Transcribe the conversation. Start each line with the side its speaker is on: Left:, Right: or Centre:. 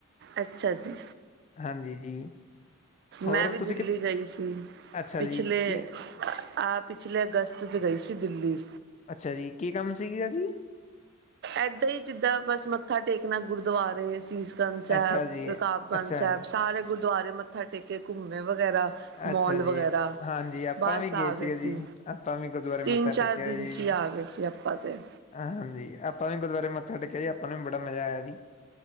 Right: ਅੱਛਾ ਜੀ
Left: ਹਾਂਜੀ ਜੀ। ਹੋਰ
Right: ਮੈਂ ਵੀ
Left: ਤੁਸੀਂ
Right: ਦਿੱਲੀ
Left: ਕਿ
Right: ਗਈ ਸੀ।
Left: ਅੱਛਾ
Right: ਪਿਛਲੇ
Left: ਜੀ ਕੀ
Right: ਆ ਪਿਛਲੇ ਅਗਸਤ ਚ ਗਈ ਸੀ ਦਿੱਲੀ।
Left: ਅੱਛਾ ਜੀ, ਕੀ ਕੰਮ ਸੀ ਆ ਜੀ?
Right: ਏਦਾਂ ਈ, ਜਿੱਦਾਂ ਬਸ ਮੱਥਾ ਟੇਕਣਾ ਗੁਰਦੁਆਰੇ ਅਸੀਸ ਗੰਜ ਸੈਬ,
Left: ਅੱਛਾ ਜੀ
Right: ਰਕਾਬਗੰਜ
Left: ਅੱਛਾ
Right: ਸੈਬ, ਸਾਰੇ ਗੁਰਦੁਆਰੇ ਮੱਥਾ ਟੇਕੇ, ਘੁੰਮੇ ਵਗੈਰਾ।
Left: ਅੱਛਾ
Right: ਮੋਲ
Left: ਜੀ,
Right: ਵਗੈਰਾ,
Left: ਹਾਂਜੀ ਆਪਾਂ
Right: ਬਸ
Left: ਵੀ
Right: ਆ
Left: ਸੀਗੇ
Right: ਗਏ
Left: ਜੀ,
Right: ਸੀ,
Left: ਆਪਾਂ ਵੀ ਗੁਰਦੁਆਰੇ
Right: ਤਿੰਨ
Left: ਮੱਥਾ
Right: ਚਾਰ
Left: ਟੇਕਿਆ
Right: ਦਿਨ
Left: ਜੀ।
Right: ਚ ਈ ਆ ਗਏ ਸੀ। ਬੀ ਆਪਾਂ ਤੇ।
Left: ਹਾਂਜੀ, ਆਪਾਂ ਵੀ ਗੁਰਦੁਆਰੇ ਮੱਥਾ ਟੇਕਿਆ ਜੀ, ਆਪਾਂ ਨੂੰ ਵੀ ਬੜਾ ਮਜ਼ਾ ਆਇਆ ਜੀ।